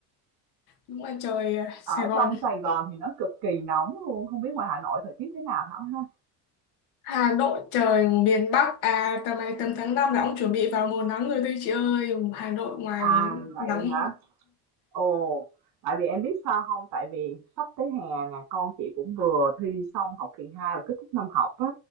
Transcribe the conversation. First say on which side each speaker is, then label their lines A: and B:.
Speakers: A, on the left (about 75°); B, on the right (about 60°).
A: đúng là trời ờ, Sài
B: Ở
A: Gòn
B: trong Sài Gòn thì nó cực kỳ nóng luôn, không biết ngoài Hà Nội thời tiết thế nào Thảo ha?
A: Hà Nội trời miền Bắc à tầm này tầm tháng 5 là ông chuẩn bị vào mùa nắng rồi đấy chị ơi Hà Nội ngoài
B: À vậy
A: nắng
B: hả? Ồ, tại vì em biết sao không? Tại vì sắp tới hè nè, con chị cũng vừa thi xong học kỳ 2 và kết thúc năm học á,